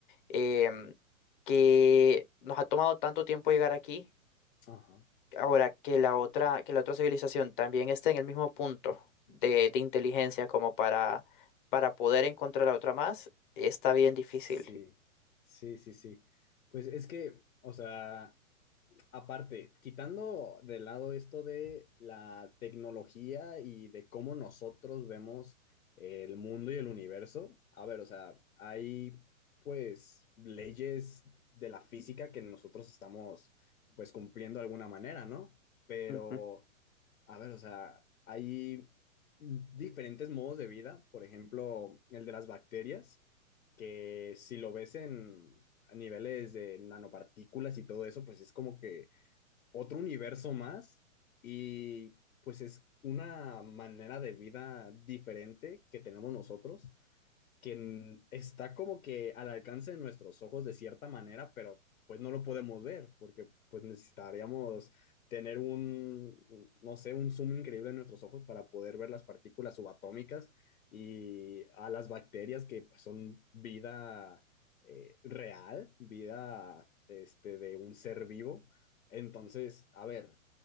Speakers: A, on the left; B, on the left.
A: em, que nos ha tomado tanto tiempo llegar aquí,
B: ajá.
A: ahora que la otra, que la otra civilización también esté en el mismo punto de, de inteligencia como para, para poder encontrar a otra más, está bien difícil.
B: Sí, sí, sí, sí. Pues es que, o sea, aparte, quitando de lado esto de la tecnología y de cómo nosotros vemos el mundo y el universo, a ver, o sea, hay pues leyes de la física que nosotros estamos pues cumpliendo de alguna manera, ¿no? Pero...
A: Ujú.
B: A ver, o sea, hay diferentes modos de vida, por ejemplo, el de las bacterias, que si lo ves en a niveles de nanopartículas y todo eso, pues es como que otro universo más y pues es una manera de vida diferente que tenemos nosotros que n- está como que al alcance de nuestros ojos de cierta manera, pero pues no lo podemos ver, porque pues necesitaríamos tener un, no sé, un zoom increíble en nuestros ojos para poder ver las partículas subatómicas y a las bacterias que pues, son vida eh, real, vida este, de un ser vivo. Entonces, a ver,